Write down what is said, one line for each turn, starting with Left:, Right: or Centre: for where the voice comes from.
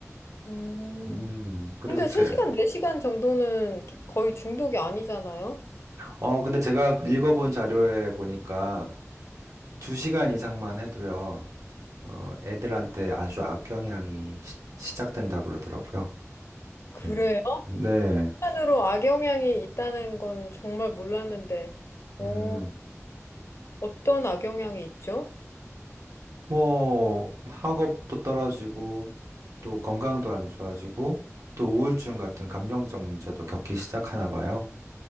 Left: 음.
Right: 음, 그래서
Left: 근데
Right: 제,
Left: 3시간, 4시간 정도는 기- 거의 중독이 아니잖아요?
Right: 어, 근데 제가 읽어본 자료에 보니까 두 시간 이상만 해도요, 어, 애들한테 아주 악영향이 시, 작된다 그러더라고요.
Left: 그래요?
Right: 네. 네.
Left: 으로 악영향이 있다는 거는 정말 몰랐는데, 어,
Right: 음,
Left: 어떤 악영향이 있죠?
Right: 뭐, 학업도 떨어지고, 또 건강도 안 좋아지고, 또 우울증 같은 감정적 문제도 겪기 시작하나 봐요.